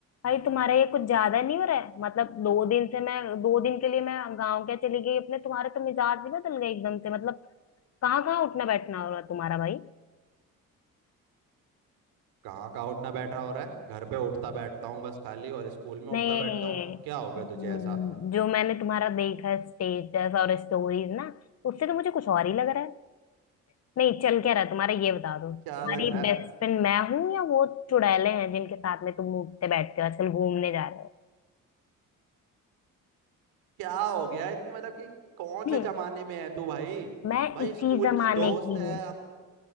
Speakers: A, on the left; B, on the right.
A: भाई तुम्हारा ये कुछ ज्यादा नहीं हो रहा है मतलब दो दिन से मैं दो दिन के लिए मैं गांव क्या चली गई अपने तुम्हारे तो मिजाज भी बदल गए एकदम से मतलब कहाँ कहाँ उठना बैठना हो रहा है तुम्हारा भाई
B: कहाँ कहाँ उठना बैठना हो रहा है घर पे उठता बैठता हूँ बस खाली और स्कूल में
A: नहीं
B: उठता बैठता हूँ क्या हो गया
A: हम्म,
B: तुझे ऐसा
A: जो मैंने तुम्हारा देखा है स्टेटस और स्टोरीज ना उससे तो मुझे कुछ और ही लग रहा है नहीं चल क्या रहा है तुम्हारा ये बता दो तुम्हारी
B: क्या लग रहा है
A: बेस्ट फ्रेंड मैं हूँ या वो चुड़ैले हैं जिनके साथ में तुम उठते बैठते हो आजकल घूमने जा रहे हो
B: क्या हो गया है इतनी मतलब कि कौन से
A: हम्म,
B: जमाने में है तू भाई
A: मैं
B: भाई
A: इसी
B: स्कूल
A: जमाने
B: की दोस्त
A: की
B: है
A: हूँ
B: हम